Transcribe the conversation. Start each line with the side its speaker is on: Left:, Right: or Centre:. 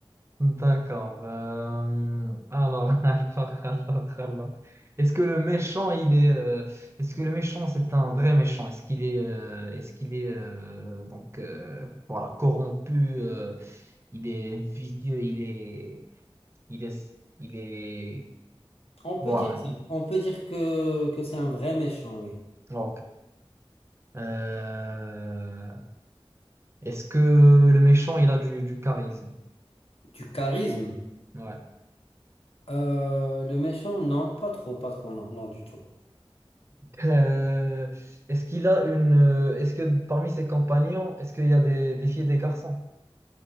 Right: D'accord. euh, alors, <laughs> alors, alors, alors. Est-ce que le méchant, il est, euh, est-ce que le méchant, c'est un vrai méchant? Est-ce qu'il est, euh, est-ce qu'il est, euh, donc, euh, voilà, corrompu, euh, il est vicieux, il est, il est, il est,
Left: On peut
Right: voilà.
Left: dire que, on peut dire que, que c'est un vrai méchant, oui.
Right: Ok. Euh, est-ce que le méchant, il a du, du charisme?
Left: Du charisme.
Right: Ouais.
Left: Euh, le méchant, non, pas trop, pas trop, non, non, du tout.
Right: Euh, est-ce qu'il a une. euh, Est-ce que parmi ses compagnons, est-ce qu'il y a des, des filles et des garçons?